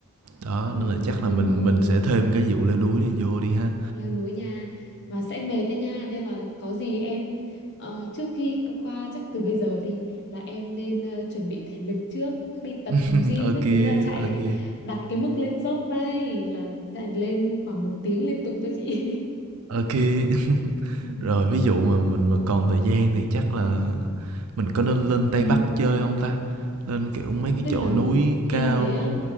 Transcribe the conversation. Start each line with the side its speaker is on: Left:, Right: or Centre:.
Right: Đó,
Left: ừ,
Right: nên là chắc
Left: đúng
Right: là mình
Left: rồi,
Right: mình sẽ thêm cái vụ leo núi này vô đi ha.
Left: leo núi nha mà sẽ mệt đấy nha nên là có gì em ờ, trước khi c- qua chắc từ bây giờ đi là em nên ờ, chuẩn bị thể lực trước đi tập
Right: <laughs>
Left: gym
Right: ok
Left: các thứ là chạy
Right: ok
Left: đặt cái mức lên dốc này là chạy lên khoảng một tiếng liên tục cho chị
Right: ok <laughs>
Left: <laughs>
Right: Rồi ví dụ mà mình mà còn thời gian thì chắc là mình có nên lên
Left: ừ.
Right: Tây Bắc chơi không ta? Lên, kiểu, mấy cái
Left: tức
Right: chỗ
Left: là
Right: núi
Left: lên
Right: cao
Left: đấy á,